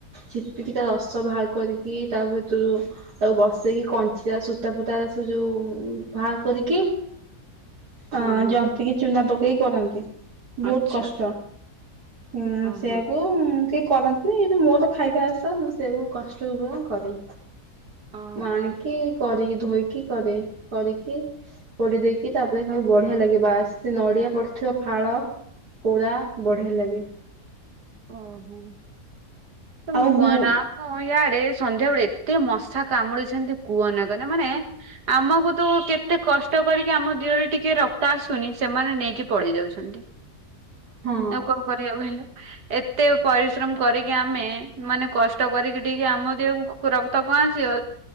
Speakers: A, on the right (about 70°); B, on the right (about 85°).
A: ଚିପିକି, ତା ରସ ବାହାର କରିକି ତା ଭିତୁରୁ ତାକୁ ବସେଇକି, କଞ୍ଚା ସୂତା ଫୁତାର ସେ ଯୋଉ ବାହାର କରିକି
B: ହଁ
A: ଅଁ
B: ହଁ
A: ଯନ୍ତିକି ଚୁନା ପକେଇ କରନ୍ତି, ବହୁତ
B: ଆଚ୍ଛା
A: କଷ୍ଟ। ହୁଁ
B: ହଁ
A: ସେୟାକୁ
B: ହଁ
A: ଉମ୍ କିଏ କରନ୍ତ ନାଇଁ ଏନ୍ତି ମୋର ତ ଖାଇବା ଆଶା ମୁଁ ସେୟାକୁ କଷ୍ଟ ହଉ ବରଂ କରେ।
B: ଓହୋ
A: ମୁଁ ଆଣିକି କରିକିି ଧୋଇକି କରେ। କରିକି, ପୋଡି ଦେଇକି ତାପରେ ଖାଉ ବଢିଆ ଲାଗେ, ବାସ୍ ଏତେ ନଡିଆ ପଡିଥିବ ଫାଳ କୋରା ବଢିଆ ଲାଗେ।
B: ଓହୋ। ତମେ
A: ଆଉ
B: କୁଅନା
A: ଗୁ
B: ହଁ ୟାଡେ ସନ୍ଧ୍ୟା ବେଳେ ଏତେ ମଶା କାମୁଡିଛନ୍ତି କୁହ ନା କହିଲା ମାନେ ଆମକୁ ତୁ କେତେ କଷ୍ଟ କରିକି ଆମ ଦିହରେ ଟିକେ ରକ୍ତ ଆସୁନି ସେମାନେ ନେଇକି ପଳେଇ ଯାଉଛନ୍ତି।
A: ହଁ
B: ଆଉ କଣ କରିବାକୁ ହେଲେ ଏତେ ପରିଶ୍ରମ କରିକି ଆମେ ମାନେ କଷ୍ଟ କରିକି ଆମ ଦେହକୁ ରକ୍ତ ପହଞ୍ଚିବ